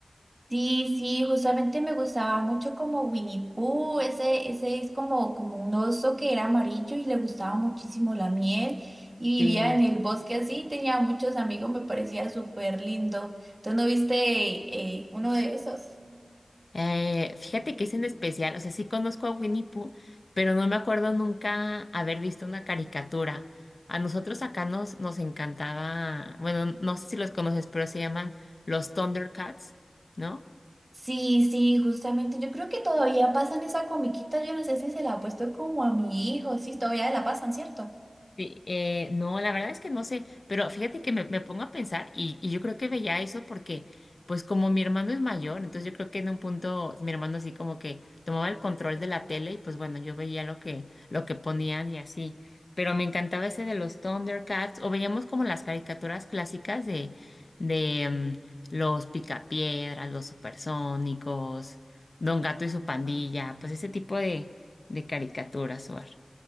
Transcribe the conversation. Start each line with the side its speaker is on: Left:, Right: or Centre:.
Right: Sí, sí, justamente me gustaba mucho como Winnie Pooh, ese, ese es como, como un oso que era amarillo y le gustaba muchísimo la miel y
Left: Sí.
Right: vivía en el bosque así, tenía muchos amigos, me parecía súper lindo. ¿Tú no viste eh, uno de esos?
Left: Eh, fíjate que es en especial, o sea, sí conozco a Winnie Pooh, pero no me acuerdo nunca haber visto una caricatura. A nosotros acá nos, nos encantaba, bueno, no sé si los conoces, pero se llaman los Thundercats, ¿no?
Right: Sí, sí, justamente, yo creo que todavía pasan esa comiquita, yo no sé si se la ha puesto como a mi hijo, sí, todavía la pasan, ¿cierto?
Left: Sí, eh, no, la verdad es que no sé, pero fíjate que me, me pongo a pensar y, y yo creo que veía eso porque, pues como mi hermano es mayor, entonces yo creo que en un punto mi hermano así como que tomaba el control de la tele y pues bueno, yo veía lo que, lo que ponían y así, pero me encantaba ese de los Thundercats o veíamos como las caricaturas clásicas de, de mm, los Picapiedras, los Supersónicos, Don Gato y su pandilla, pues ese tipo de, de caricaturas, Suar.